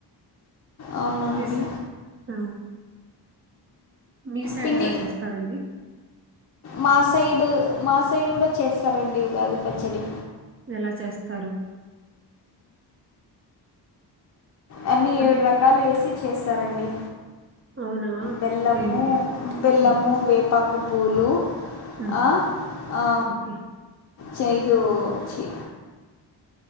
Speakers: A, on the left (about 45°); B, on the right (about 35°).
A: అవునా
B: మీస్
A: అండి
B: ఆ మీ సైడ్
A: పిండి
B: ఎలా చేస్తారండి
A: మా సైడు మా సైడ్ కూడా చేస్తారండి ఉగాది పచ్చడి
B: ఎలా చేస్తారు
A: అన్నీ
B: ఐ
A: ఏడు
B: మీన్
A: రకాలు వేసి చేస్తారండి
B: అవునా
A: బెల్లము
B: ఏమి
A: బెల్లము
B: ఆ
A: వేపాకు పూలు
B: ఉమ్
A: ఆ ఆ
B: ఓకే
A: చేదు చి